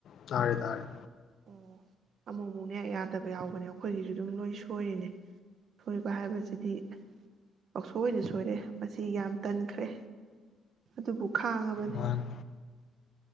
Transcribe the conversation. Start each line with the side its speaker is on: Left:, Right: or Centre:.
Left: ꯇꯥꯔꯦ ꯇꯥꯔꯦ
Right: ꯑꯣ ꯑꯃꯨꯛ ꯑꯃꯨꯛꯅꯦ ꯌꯥꯗꯕ ꯌꯥꯎꯕꯅꯦ ꯑꯩꯈꯣꯏꯒꯤꯁꯨ ꯑꯗꯨꯝ ꯂꯣꯏ ꯁꯣꯏꯔꯤꯅꯦ ꯁꯣꯏꯕ ꯍꯥꯏꯕꯁꯤꯗꯤ ꯄꯁꯣꯏꯗ ꯁꯣꯏꯔꯦ ꯃꯁꯤ ꯌꯥꯝ ꯇꯟꯈ꯭ꯔꯦ ꯑꯗꯨꯕꯨ ꯈꯥꯡꯉꯕꯅꯤ
Left: ꯃꯥꯅꯤ